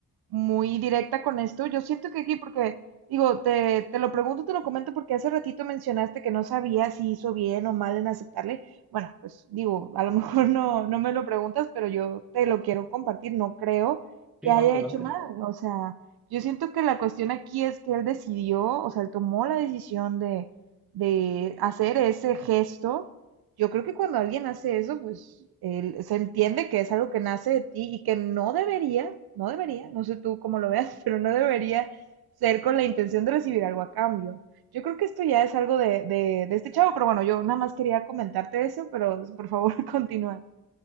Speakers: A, on the right; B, in the centre.
A: muy directa con esto. Yo siento que aquí, porque digo, te, te lo pregunto, te lo comento, porque hace ratito mencionaste que no sabía si hizo bien o mal en aceptarle. Bueno, pues digo, a lo <laughs> mejor no, no me lo preguntas, pero yo te lo quiero compartir. No creo que
B: sí,
A: haya
B: no, adelante.
A: hecho mal. O sea, yo siento que la cuestión aquí es que él decidió, o sea, él tomó la decisión de, de hacer ese gesto yo creo que cuando alguien hace eso, pues él- se entiende que es algo que nace de ti y que no debería, no debería, no sé tú cómo lo veas, <laughs> pero no debería ser con la intención de recibir algo a cambio. Yo creo que esto ya es algo de, de, de este chavo, pero bueno, yo nada más quería comentarte eso, pero por favor <laughs> continúa.